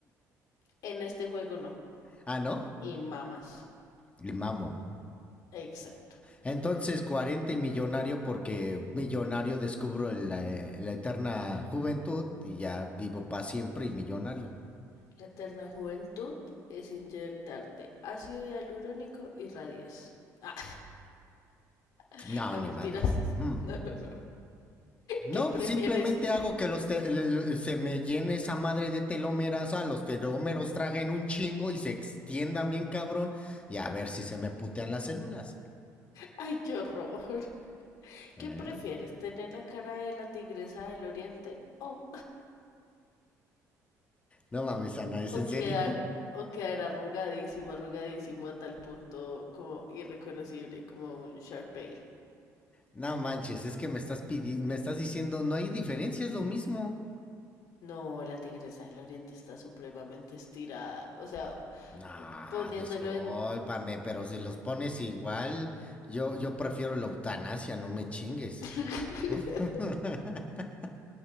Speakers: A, on the left; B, on the left.
A: En este juego no.
B: Ah, ¿no?
A: Y mamas.
B: Y mamo.
A: Exacto.
B: Entonces, 40 y millonario porque millonario descubro la, eh, la eterna juventud y ya vivo para siempre y millonario.
A: La eterna juventud es inyectarte ácido hialurónico y radies. Ah, <laughs>
B: No,
A: no
B: ni
A: mentiras.
B: madres. Mm.
A: No, no, no.
B: No,
A: ¿Qué prefieres?
B: pues simplemente hago que los se me llene esa madre de telómeras, a los telómeros traguen un chingo y se extiendan bien cabrón y a ver si se me putean las células.
A: Ay, qué horror.
B: ¿Eh?
A: ¿Qué prefieres? ¿Tener la cara de la tigresa del oriente o
B: No mames, Ana, es en
A: O
B: serio.
A: quedar,
B: <laughs>
A: o quedar arrugadísimo, arrugadísimo a tal punto como irreconocible, como un Sharpei.
B: No manches, es que me estás pidi- me estás diciendo, no hay diferencia, es lo mismo.
A: No, la tigresa del oriente está supremamente estirada. O sea,
B: No,
A: poniéndolo
B: discúlpame,
A: en...
B: pero si los pones igual, yo, yo prefiero la eutanasia, no me chingues.
A: <laughs>
B: <laughs>